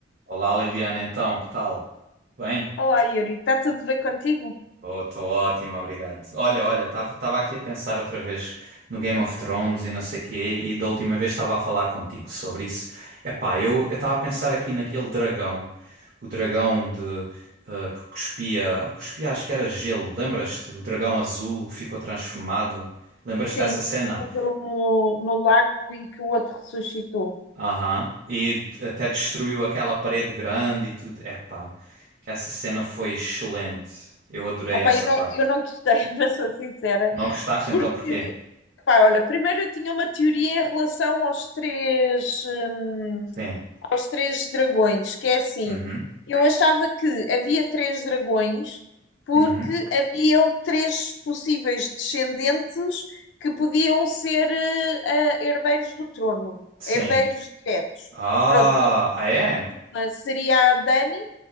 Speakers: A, on the right; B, on the left.
A: Olá Liliana, então, que tal? Bem?
B: Olá, Yuri, está tudo bem contigo?
A: Estou ótimo, obrigado. Olha, olha, estava aqui a pensar outra vez no Game of Thrones e não sei quê, e da última vez estava a falar contigo sobre isso. Epá, eu estava a pensar aqui naquele dragão, o dragão de eh, que cuspia, cuspia, acho que era gelo. Lembras-te? O dragão azul que ficou transformado. Lembras-te
B: Sim,
A: dessa cena?
B: mas que morreu no, no lago e que o outro ressuscitou.
A: Aham. E até destruiu aquela parede grande e tudo. Epá, essa cena foi excelente. Eu adorei
B: Ah, pá,
A: essa
B: eu não,
A: parte.
B: eu não gostei, <laughs> mas sou sincera,
A: Não gostaste
B: porque,
A: então porquê?
B: pá, olha, primeiro eu tinha uma teoria em relação aos três, hum,
A: Sim.
B: aos três dragões, que é assim,
A: Uhum.
B: eu achava que havia três dragões porque
A: Uhum.
B: haviam três possíveis descendentes que podiam ser, eh, ah, herdeiros do trono,
A: Sim.
B: herdeiros diretos.
A: Ah,
B: Pronto,
A: ah é?
B: Uma seria a Dani,